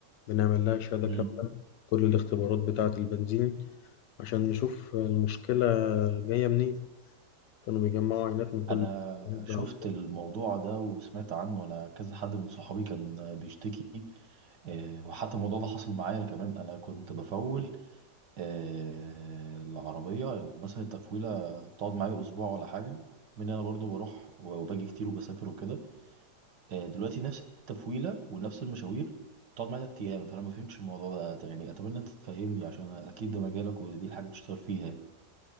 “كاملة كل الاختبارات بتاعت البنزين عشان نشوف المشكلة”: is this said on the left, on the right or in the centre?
Left